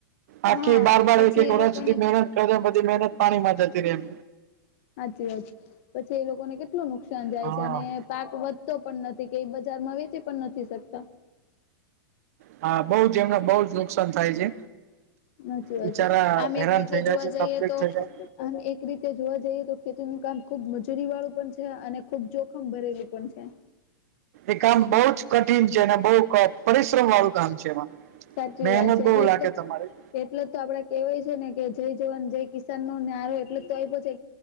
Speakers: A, on the right; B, on the left.
A: આખી
B: હા
A: બાર-બાર,
B: પછી
A: એક-એક
B: એ
A: વર્ષ
B: લોકોને
A: સુધી મહેનત કરે, બધી મહેનત પાણીમાં જતી રહે એમ.
B: સાચી વાત છે. પછી એ લોકોને કેટલું નુકસાન જાય
A: હા
B: છે, અને પાક વધતો પણ નથી, કઈ બજારમાં વેચતી પણ નથી શકતા.
A: હા, બઉ જ. એમને બઉ જ નુકસાન થાય છે.
B: સાચી વાત
A: બિચારા
B: છે આમ
A: હેરાન
B: એક રીતે
A: થઇ
B: જોવા
A: જાય છે,
B: જઈએ
A: તકલીફ
B: તો
A: થઇ જાય.
B: આમ, એક રીતે જોવા જઈએ તો ખેતી નું કામ ખુબ મજૂરી વાળું પણ છે અને ખુબ જોખમ ભરેલું પણ છે.
A: એ કામ બહુ જ કઠિન છે અને બહુ પરિશ્રમ વાળું કામ છે, એમાં.
B: સાચી
A: મહેનત
B: વાત છે
A: બઉુ
B: એટલે
A: લાગે
B: તો
A: તમારી.
B: એટલે જ તો આપડે કેહેવાય છે ને કે, જય જવાન, જય કિસાન. નો નારો એટલો જ આય્પો છે.